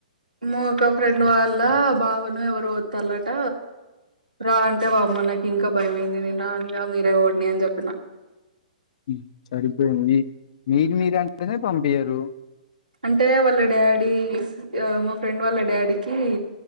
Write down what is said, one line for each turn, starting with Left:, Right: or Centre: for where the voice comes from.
Right: మా ఒక ఫ్రెండ్ వాళ్ళ బావనో ఎవరో పోతాల్లట రా అంటే వామ్మో నాకు ఇంకా భయమయిందే నేను రానిగ మీరే పోండి అని జెప్పిన.
Left: ఉమ్ సరిపోయింది మీది మీరంటేనే పంపీయరు
Right: అంటే వాళ్ళ డాడీ ఫ్ ఆ మా ఫ్రెండ్ వాళ్ళ డాడీకి